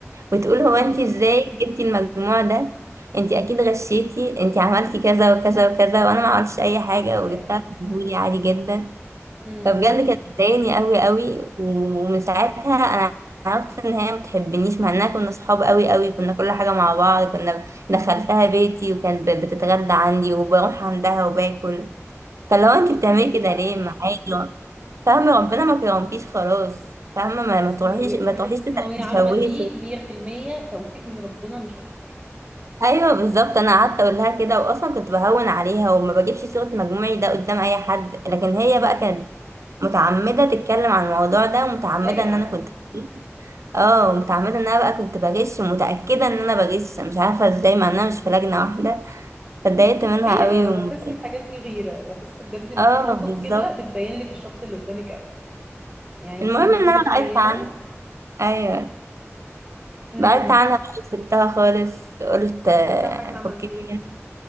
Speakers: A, on the right; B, on the right.
A: وتقول هو
B: امم
A: انت ازاي جبتي المجموع ده انت اكيد غشيتي انت عملتي كذا وكذا وكذا وانا ما عملتش اي
B: لا
A: حاجه
B: حول بالله
A: وجبتها في مجهودي عادي جدا
B: امم
A: فبجد كانت بتضايقني قوي قوي ومن ساعتها انا عرفت ان هي ما بتحبنيش مع اننا كنا صحاب قوي قوي كنا كل حاجه مع بعض كنا دخلتها بيتي وكانت ب- بتتغدى عندي وبروح عندها وباكل فلو انت
B: بس
A: بتعملي
B: دي دجحه
A: كده ليه معايا فاهمه ربنا ما كرمكيش خلاص فاهمه ما ما
B: اصل
A: تروحيش ما
B: بحس
A: تروحيش
B: الثانويه
A: تشوهي
B: عامه دي 100% توفيق من ربنا مش اكتر
A: ايوه بالظبط انا قعدت اقول لها كده واصلا كنت بهون عليها وما بجيبش سيره مجموعي ده قدام اي حد لكن هي
B: امم
A: بقى كانت متعمده تتكلم عن الموضوع ده ومتعمده
B: ضايقه
A: ان انا كنت بغش. اه متعمده ان انا بقى كنت بغش ومتاكده ان انا بغش مش عارفه ازاي مع اننا مش في لجنه واحده فاتضايقت منها
B: غيره
A: قوي و...
B: بحس الحاجات دي غيره بحس بجد إن
A: اه
B: في مواقف
A: بالظبط
B: كده بتبين لك الشخص اللي قدامك قوي يعني
A: المهم
B: بتبقي مش
A: ان
B: متخيله
A: انا بعدت عنها ايوه
B: امم
A: بعدت عنها بقى سبتها خالص قلت آه،
B: لا حاجه عملتيها
A: فكني منها